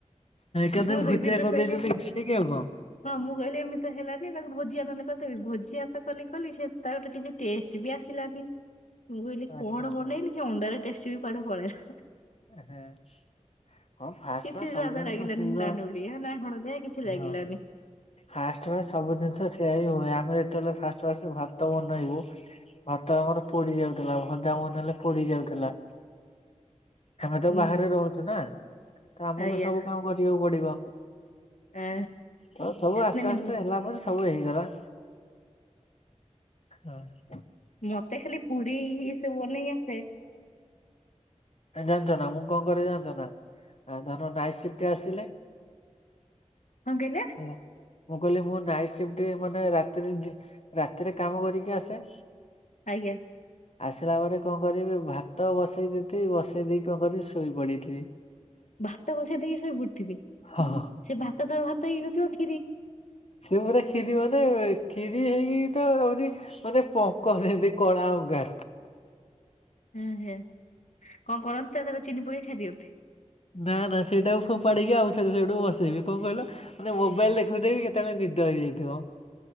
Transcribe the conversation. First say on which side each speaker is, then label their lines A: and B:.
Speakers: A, on the left; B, on the left.
A: କେବେ
B: ମୁଁ ସେଦିନଠୁ
A: ଭୁଜିଆ କରିଦେଇଛନ୍ତି
B: କହିଲି
A: ଘାଣ୍ଟିକି ଆଉ? କଣ।
B: ହଁ ମୁଁ କହିଲି ଏମିତି ତ ହେଲାନି ତାକୁ ଭୋଜିଆ ନହେଲେ କରିଦେବି ଭୋ ଜିଆ ତ କଲି କଲି ସେ ତାର ଗୋଟେ କିଛି ଟେଷ୍ଟ ବି ଆସିଲାନି। ମୁଁ କହିଲି
A: ଆଚ୍ଛା
B: କଣ
A: ଆଚ୍ଛା
B: ବନେଇଲି ସେ ଅଣ୍ଡାରେ ଟେଷ୍ଟ ବି କୁଆଡେ ପଳେଇଲା।
A: ଏହେ ହଁ ଫାଷ୍ଟ
B: କିଛି
A: ତ, ସବୁଜିନିଷ
B: ସ୍ୱାଦ ଲାଗିଲାନି
A: ସେଇବା
B: ଲାଣ୍ଡୁଳି ନା ହଳଦିଆ କିଛି ଲାଗିଲାନି
A: ହଁ ଫାଷ୍ଟ ପାଇଁ ସବୁ ଜିନିଷ ସେଇଆ ହିଁ ହୁଏ ଆମେ ଏ ଯେତେବେଳେ ଫାଷ୍ଟ ଫାଷ୍ଟ ଭାତ ବନେଇବୁ ଭାତ ଆମର ପୋଡି ଯାଉଥିଲା ଭଜା ବନେଇଲେ ପୋଡି ଯାଉଥିଲା।
B: <inaudible>
A: ଆମେ ତ
B: ହୁଁ
A: ବାହାରେ ରହୁଛୁ ନା, ତ ଆମକୁ
B: ଆଜ୍ଞା
A: ସବୁ କାମ କରିବାକୁ ପଡିବ।
B: ଆ
A: ତ ସବୁ ଆସ୍ତେ
B: ନାଇଁ
A: ଆସ୍ତେ
B: ନାଇଁ
A: ହେଲା ପରେ ସବୁ ହେଇ ଗଲା ହଁ
B: ମତେ ଖାଲି ପୁରୀ ଇଏସବୁ ବନେଇ ଆସେ।
A: ଜାଣିଛ ନା ମୁଁ କଣ କରେ ଜାଣିଛ ନା ଧର ନାଇଟ ସିପ୍ଟ ଆସିଲେ
B: କଣ କହିଲେ?
A: ହେଲା ମୁଁ କହିଲି ମୁଁ ନାଇଟ ସିଫ୍ଟ ମାନେ ରାତିରେ ଡି ରାତିରେ କାମ କରିକି ଆସେ।
B: ଆଜ୍ଞା।
A: ଆସିଲା ପରେ କଣ କରିବି ଭାତ ବସେଇ ଦେଇଥିବି, ବସେଇ ଦେଇକି କଣ କରିବି ଶୋଇ ପଡିଥିବି।
B: ଭାତ ବସେଇ ଦେଇକି ଶୋଇ ପଡିଥିବେ,
A: ହଁ ହଁ
B: ସେ ଭାତ ତ ଭାତ ହେଇକି ନଥିବ।
A: ସେ ପୁରା କ୍ଷୀରି ବନେଇବେ କ୍ଷୀରି ହେଇକି ତ <unintelligible> ମାନେ ପଙ୍କ ଯେମିତି କଳା ଅଙ୍ଗାର।
B: ହୁଁ ହୁଁ। କଣ କରନ୍ତି ତା ଦେହରେ ଚିନି ପକେଇ ଖାଇଦିଅନ୍ତି?
A: ନା ନା ସେଇଟା ଫୋଫାଡିକି ଆଉ ଥରେ ସେଇଠୁ ବସେଇବି। କଣ କହିଲ ମାନେ ମୋବାଇଲ ଦେଖୁଥିବି କେତେବେଳେ ନି ନିଦ ହେଇଯାଇଥିବ।